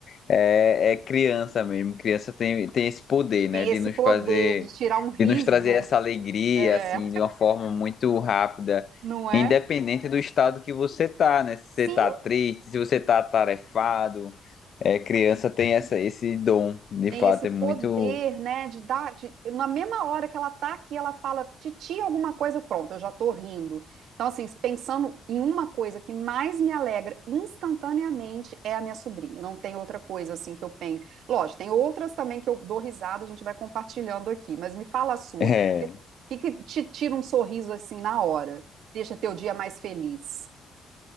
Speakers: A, on the left; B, on the right.
A: É, é criança mesmo. Criança tem, tem esse poder,
B: Tem
A: né? De
B: esse
A: nos
B: poder
A: fazer,
B: de tirar um riso,
A: de nos trazer essa alegria,
B: é,
A: assim, de uma forma muito rápida,
B: não é?
A: independente do estado que você tá, né? Se
B: Sim,
A: você tá triste, se você tá atarefado. É, criança tem essa, esse dom, de
B: Tem
A: fato,
B: esse poder,
A: é muito.
B: né, de dar, de- na mesma hora que ela tá aqui, ela fala titi alguma coisa, pronto, eu já tô rindo. Então, assim, pensando em uma coisa que mais me alegra instantaneamente é a minha sobrinha. Não tem outra coisa assim que eu penso. Lógico, tem outras também que eu dou risada, a gente vai compartilhando aqui, mas me fala a sua.
A: É,
B: O que que te tira um sorriso assim na hora? Deixa teu dia mais feliz.